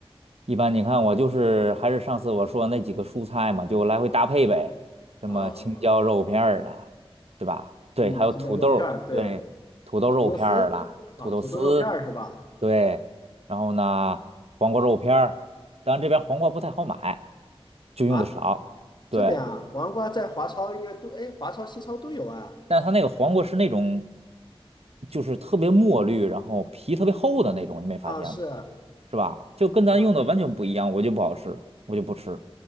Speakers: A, on the right; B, on the left.
A: 一般你看我就是还是上次我说那几个蔬菜嘛，就来回搭配呗，什么青椒肉片儿啦，
B: 哦，
A: 对吧？对，
B: 嗯，
A: 还有土豆儿对，
B: 鸡架肉片儿，对，
A: 土豆肉片儿啦，
B: 土豆丝，啊，
A: 土豆丝，
B: 土豆肉片儿是吧？
A: 对，然后呢，黄瓜肉片儿，当然这边黄瓜不太好买，就用的少，
B: 啊，
A: 对，
B: 这边啊，黄瓜在华超应该都，哎，华超、西超都有啊。
A: 但它那个黄瓜是那种，就是特别墨绿，然后皮特别厚的那种，你没发现吗？
B: 啊，是啊，
A: 是吧？就跟咱用的完全不一样，
B: 啊
A: 我就不好吃，我就不吃。